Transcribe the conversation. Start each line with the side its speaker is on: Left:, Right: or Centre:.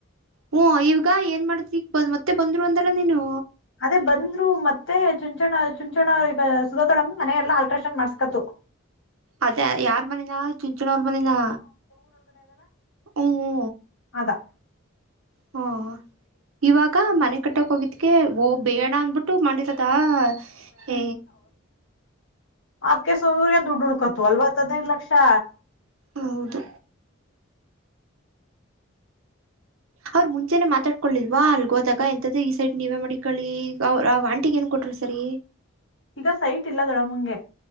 Right: ಹ ಈವಗ ಏನ್ ಮಾಡ್ತಿ ಈಗ ಬ್ ಮತ್ತೆ ಬಂದ್ರು ಅಂದಲ್ಲ ನೀನು
Left: ಅದೇ ಬಂದ್ರು ಮತ್ತೆ ಚುಂಚಣ ಚುಂಚಣ ಈಗ ಸುುದೋತೊಡಂದ ಮನ ಎಲ್ಲಾ ಅಲ್ಟ್ರಾಸೌಂಡ್ ಮಾಡ್ಸ್ಕತು
Right: ಅದ ಯಾರ್ ಮನನಾ ಚುಂಚನ ಅವ್ರ ಮನನಾ ಹ್ಮ
Left: ಅದಾ
Right: ಹಾ ಇವಾಗ ಮನೆ ಕಟ್ಟಕ್ ಹೋಗಿದಗೆ ಹಓ್ ಬೇಡ ಅಂದಬಿಟ್ಟು ಮಾಡ ದಾ ಹ್ಮ
Left: ಆಕ ಸೂರ್ಯ ದುಡ್ಡುಡ್ಕತು ಅಲ್ವತ್ತು ಅದೇರ್ ಲಕ್ಷ್ಯ
Right: ಹೌದು ಅವ್ರ್ ಮುಂಚೆನೆ ಮಾತಾಡ್ಕೊೊಳ್ಳಿಲ್ವಾ ಅಲ್ಗೋದಾಗ ಎಂತದ್ದ ಈ ಸೈಡ್ ನೀವೇ ಮಾಡಿಿಕೊಳ್ಳಳಿ ಅವ ಆ ವಂಟಿಗೆ ಏನ್ ಕೊಟರು ಸರಿ
Left: ಈಗ ಸೈಟ್ ಇಲ್ಲ ದೊಡಮುಂಗೆ